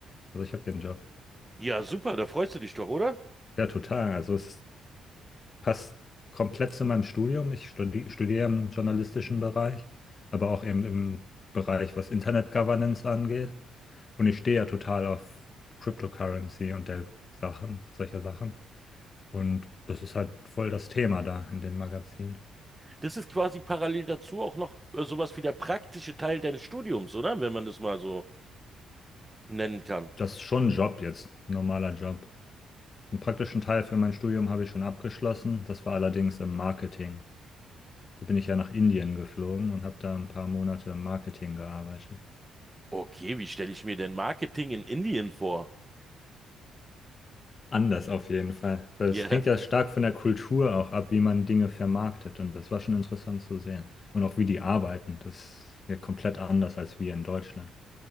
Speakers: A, on the left; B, on the right.
A: Also ich habe den Job.
B: Ja, super, da freust du dich doch, oder?
A: Ja, total. Also es passt komplett zu meinem Studium. Ich studi studiere im journalistischen Bereich, aber auch eben im Bereich, was Internet Governance angeht. Und ich stehe ja total auf Cryptocurrency und der Sachen, solcher Sachen. Und das ist halt voll das Thema da in dem Magazin.
B: Das ist quasi parallel dazu auch noch äh, sowas wie der praktische Teil deines Studiums, oder? Wenn man das mal so nennen kann.
A: Das ist schon ein Job jetzt, ein normaler Job. Den praktischen Teil für mein Studium habe ich schon abgeschlossen. Das war allerdings im Marketing. Da bin ich ja nach Indien geflogen und habe da ein paar Monate im Marketing gearbeitet.
B: Okay, wie stelle ich mir denn Marketing in Indien vor?
A: Anders auf jeden Fall. Weil es
B: <laughs> Ja,
A: hängt ja stark von der Kultur auch ab, wie man Dinge vermarktet. Und das war schon interessant zu sehen. Und auch wie die arbeiten. Das ist ja komplett anders als wir in Deutschland.